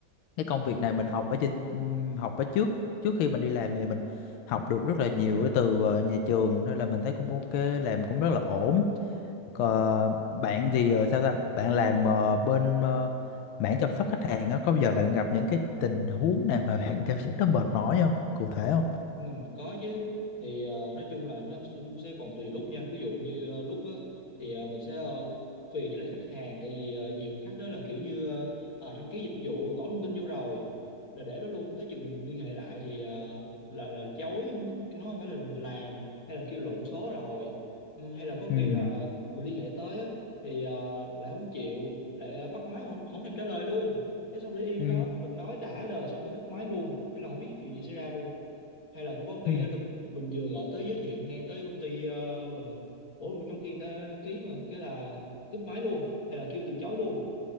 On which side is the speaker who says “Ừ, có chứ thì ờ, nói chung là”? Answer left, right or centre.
Left